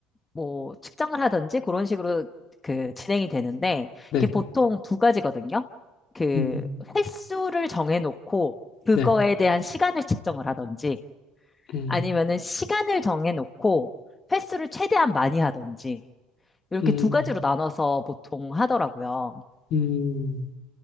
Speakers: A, on the left (about 20°); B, on the left (about 60°).
A: 뭐 측정을 하던지, 그런 식으로 그 진행이 되는데,
B: 네.
A: 이게 보통 두 가지거든요. 그
B: 음,
A: 횟수를 정해놓고, 그거에
B: 네.
A: 대한 시간을 측정을 하던지,
B: 음,
A: 아니면은 시간을 정해놓고, 횟수를 최대한 많이 하던지, 이렇게
B: 음,
A: 두 가지로 나눠서 보통 하더라고요.
B: 음.